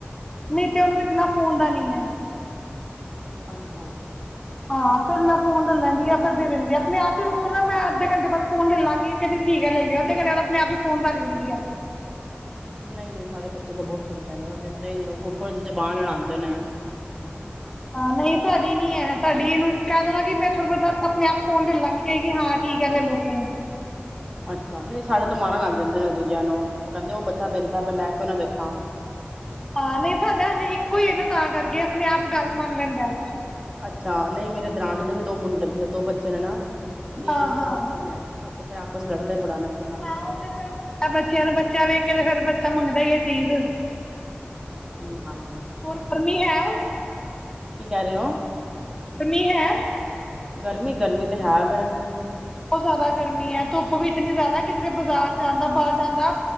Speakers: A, on the left; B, on the right.
A: ਨਹੀਂ ਤੇ ਉਹਨੂੰ ਇਤਨਾ ਫੋਨ ਦਾ ਨੀ ਹੈ।
B: ਅੱਛਾ।
A: ਹਾਂ ਫਿਰ ਮੈਂ ਫੋਨ ਲੈ ਲੈਂਦੀ ਆ ਫਿਰ ਦੇ ਦਿੰਦੀ ਆ, ਆਪਣੇ-ਆਪ ਹੀ ੳਨੂੰ ਕਹੋ ਨਾ ਮੈਂ ਅੱਧੇ ਘੰਟੇ ਬਾਅਦ ਫੋਨ ਲੈ ਲਵਾਂਗੀ, ਕਹਿੰਦੀ ਠੀਕ ਹੈ ਲੈ ਲਿਓ ਅੱਧੇੰ ਘੰਟੇ ਬਾਦ ਆਪਣੇ-ਆਪ ਹੀ ਫੋਨ ਰੱਖ ਦਿੰਦੀ ਹੈ।
B: ਨਹੀਂ-ਨਹੀਂ, ਸਾਡੇ ਬੱਚੇ ਤਾਂ ਬਹੁਤ ਗੰਦੇ ਨੇ ਉਹ ਦਾ ਦਿੰਦੇ ਹੀ ਨਹੀਂ ਉੱਪਰ ਤੋ ਜਬਾਨ ਲੜਾਉਂਦੇ ਨੇ।
A: ਹਾਂ ਨਹੀਂ ਸਾਡੀ ਨੀ ਹੈ, ਸਾਡੀ ਇਹਨੂੰ ਕਹਿ ਦੋਣਾ ਕਿ ਮੈਂ ਥੋੜੀ ਦੇਰ ਬਾਦ ਆਪਣੇ-ਆਪ ਫੋਨ ਲੇ ਲਾਂਗੀ ਕਹੇਗੀ ਕਿ ਹਾਂ ਠੀਕ ਹੈ ਲੈ ਲੋ ਫੋਨ।
B: ਅੱਛਾ, ਨਹੀਂ ਸਾਡੇ ਤਾਂ ਮਾਰਨ ਲੱਗ ਜਾਂਦੇ ਨੇ ਦੂਜਿਆਂ ਨੂੰ। ਉਹ ਕਹਿੰਦੇ ਉਹ ਬੱਚਾ ਵੇਖਦਾ ਪਿਆ ਮੈਂ ਕਿਊ ਨਾ ਵੇਖਾਂ।
A: ਹਾਂ ਨਹੀਂ, ਸਾਡਾ ਹਜੇ ਇੱਕੋ ਹੀ ਹੈ ਨਾ ਤਾਂ ਕਰਕੇ ਆਪਣੇ-ਆਪ ਗੱਲ ਮੰਨ ਲੈਂਦਾ ਹੈ।
B: ਅੱਛਾ, ਨਹੀਂ ਮੇਰੀ ਦਰਾਣੀ ਦੇ ਵੀ ਦੋ ਮੁੰਡੇ ਦੋ ਬੱਚੇ ਨੇ ਨਾ ਮੇਰੇ
A: ਹਾਂ
B: ਵੀ ਦੋ
A: ਹਾਂ
B: ਬੱਚੇ ਨੇ ਇਸ ਕਰਕੇ ਫਿਰ ਆਪਸ ਲੜਦੇ ਬੜਾ ਨੇ ਫੋਨਾਂ ਪਿੱਛੇ।
A: ਹਾਂ ਉਹ ਤੇ ਫਿਰ ਹੁੰਦਾ ਬੱਚਿਆਂ ਨੂੰ ਬੱਚਾ ਵੇਖ ਕੇ ਤੇ ਫਿਰ ਬੱਚਾ ਮੰਗਦਾ ਹੀ ਏ ਚੀਜ਼।
B: ਹੂੰ ਹਾਂਜੀ
A: ਹੋਰ ਗਰਮੀ ਹੈ ਉਹ
B: ਕੀ ਕਰ ਰਹੇ ਔ।
A: ਗਰਮੀ ਹੈ
B: ਗਰਮੀ, ਗਰਮੀ ਤੇ ਹੈ ਵੇ।
A: ਬੋਤ ਜੈਦਾ ਗਰਮੀ ਐ, ਧੁੱਪ ਵੀ ਇਤਨੀ ਜੈਦਾ। ਕਿਧਰੇ ਬਾਜ਼ਾਰ ਜਾਂਨ ਦਾ ਬਾਰ ਜਾਨ ਦਾ